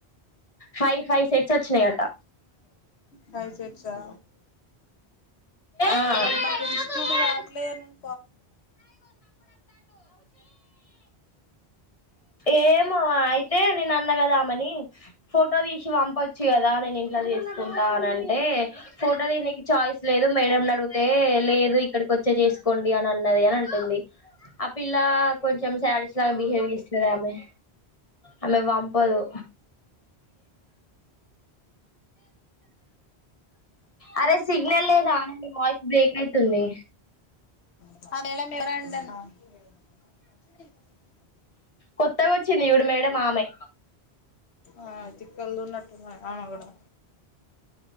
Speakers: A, on the left; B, on the left.
A: five five sets వచ్చినాయట
B: ఫైవ్ సెట్స్ ఆ
A: ఆ.
B: వాడు ఈ మధ్య ఇన్స్టిట్యూట్ రావట్లేదు అని అన్
A: ఏమో అయితే నేను అన్న కదా ని ఫోటో తీసి పంపొచ్చు కదా నేను ఇంట్లా చేస్ కుంటా అనంటే ఫోటో తీయనీకి చాయిస్ లేదు మేడం నడిగితే లేదు ఇక్కడికి వచ్చే చే కొండి అని అన్ అని అంటుంది ఆ పిల్ల కొంచెం శాడిస్ట్ లాగా బిహేవ్ చే ఆమె అలా పంపదు అరే సిగ్నల్ లేదా నీ వాయిస్ బ్రేక్ అయితుంది
B: <unintelligible>
A: కొత్తగా వచ్చింది చూడు మేడం ఆమె
B: ఆ తిక్కల్దున్నట్టుంది ఆమె కూడా